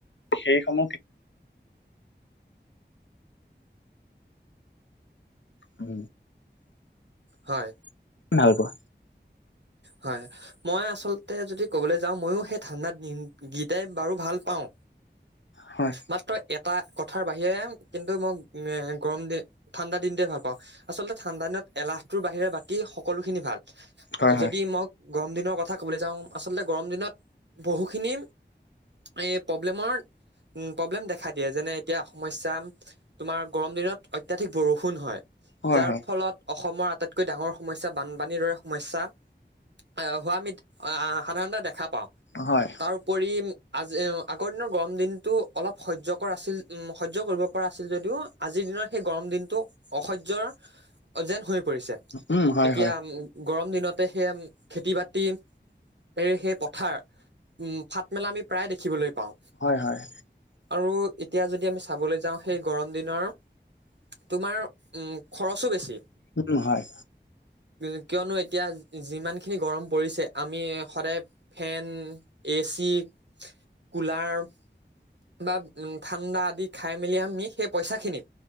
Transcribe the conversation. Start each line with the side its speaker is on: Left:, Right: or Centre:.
Left: সেইসমূহ। উম।
Right: হয়।
Left: ভাল পোৱা।
Right: হয়। মই আচলতে যদি কবলৈ যাওঁ ময়ো সেই ঠাণ্ডাত দিন কেইটাই বাৰু ভাল পাওঁ।
Left: হয়।
Right: মাত্ৰ এটা কথাৰ বাহিৰে কিন্তু মই মে গৰম দিন ঠাণ্ডা দিনটোৱে ভাল পাওঁ। আচলতে ঠাণ্ডা দিনত এলাহটোৰ বাহিৰে বাকী সকলোখিনি ভাল।
Left: হয় হয়
Right: যদি মই গৰম দিনৰ কথা ক'বলৈ যাওঁ আচলতে গৰম দিনত বহুখিনি। এই প্ৰব্লেমৰ। উম প্ৰব্লেম দেখা দিয়ে যেনে এতিয়া সমস্যা তোমাৰ গৰম দিনত অত্যাধিক বৰষুণ হয়।
Left: হয়
Right: যাৰ ফলত অসমৰ আটাইতকৈ ডাঙৰ সমস্যা বানপানীৰ দৰে। সমস্যা আহ হোৱা আমি সাধাৰণতে দেখা পাওঁ।
Left: হয়।
Right: তাৰ ওপৰি আজি আগৰ দিনৰ গৰম দিনটো অলপ সহ্য কৰ আছিল সহ্য কৰিব। কৰ আছিল যদিও আজিৰ দিনৰ সেই গৰম দিনটো অসহ্যৰ যেন হৈ পৰিছে।
Left: উম হয়
Right: এতিয়া
Left: হয়
Right: গৰম দিনতে সেয়াম খেতি বাতি। এই সেই পথাৰ উম ফাট মেলা আমি প্ৰায় দেখিবলৈ পাওঁ।
Left: হয় হয়।
Right: আৰু এতিয়া যদি আমি চাবলৈ যাওঁ সেই গৰম দিনৰ তোমাৰ। উম খৰচো বেছি।
Left: উম হয়।
Right: কি কিয়নো এতিয়া যিমানখিনি গৰম পৰিছে আমি সদায়। Fan A C cooler. বা ঠাণ্ডা আদি খাই মেলি আমি সেই পইচাখিনি।